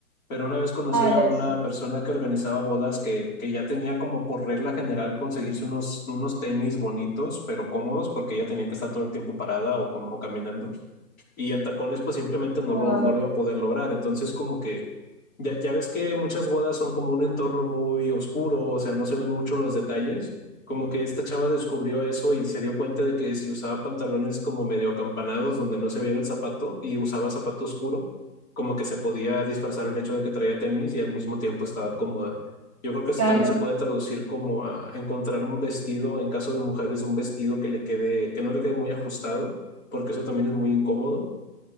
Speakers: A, on the left (about 60°); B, in the centre.
A: Pero una vez conocí
B: Ah,
A: a
B: ya
A: una
B: sé.
A: persona que organizaba bodas que, que ya tenía como por regla general conseguirse unos, unos tenis bonitos, pero cómodos porque ella tenía que estar todo el tiempo parada o com- o caminando y en tacones pues simplemente no
B: Ah,
A: lo, no
B: ok.
A: lo iba a poder lograr. Entonces como que ya, ya ves que muchas bodas son como un entorno muy oscuro, o sea, no se ven mucho los detalles. Como que esta chava descubrió eso y se dio cuenta de que si usaba pantalones como medio acampanados donde no se viera el zapato y usaba zapato oscuro, como que se podía disfrazar el hecho de que traía tenis y al mismo tiempo estaba cómoda. Yo creo que esto
B: Claro,
A: también se puede traducir como a encontrar un vestido, en caso de mujeres, un vestido que le quede, que no le quede muy ajustado, porque eso también es muy incómodo